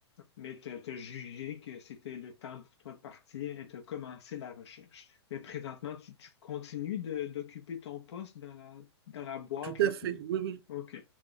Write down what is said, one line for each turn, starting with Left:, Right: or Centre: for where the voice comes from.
Left: mais tu as, jugé que c'était le temps pour toi de partir et tu as commencé la recherche. Mais présentement, tu, tu continues de- d'occuper ton poste dans la, dans la boîte
Right: Tout à
Left: là,
Right: fait,
Left: qui...
Right: oui, oui.
Left: OK.